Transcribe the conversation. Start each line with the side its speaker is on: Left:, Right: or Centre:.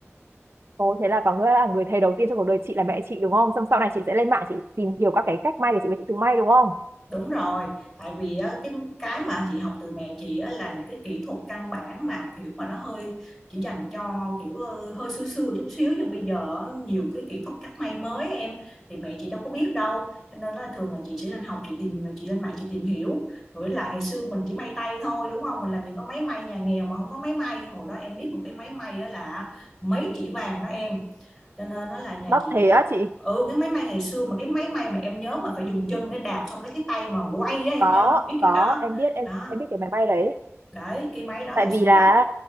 Right: Ồ thế là có nghĩa là người thầy đầu tiên trong cuộc đời chị là mẹ chị đúng không? Xong sau này chị sẽ lên mạng chị tìm hiểu các cái cách may để chị về chị tự may đúng không?
Centre: Đúng rồi, tại vì á, cái cái mà chị học từ mẹ chị á, là những cái kỹ thuật căn bản mà kiểu mà nó hơi chỉ dành cho kiểu ờ, hơi xưa xưa chút xíu nhưng bây giờ á, nhiều cái kỹ thuật cắt may mới em thì mẹ chị đâu có biết đâu cho nên là thường là chị chỉ lên học chị tìm chị lên mạng chị tìm hiểu với lại ngày xưa mình chỉ may tay thôi đúng không mình làm những cái máy may nhà nghèo mà không có máy may hồi đó em biết một cái máy may á là mấy chỉ vàng đó em cho nên nó là nhà
Right: đắt
Centre: chị
Right: thế á chị
Centre: ừ cái máy may ngày xưa mà cái máy may mà em nhớ mà phải dùng chân để đạp xong lấy cái tay mà quay á em
Right: có
Centre: nhớ biết cái
Right: có
Centre: đó
Right: em biết em
Centre: đó
Right: em biết cái máy bay đấy
Centre: đấy cái máy đó
Right: tại
Centre: ngày xưa
Right: vì là
Centre: đắt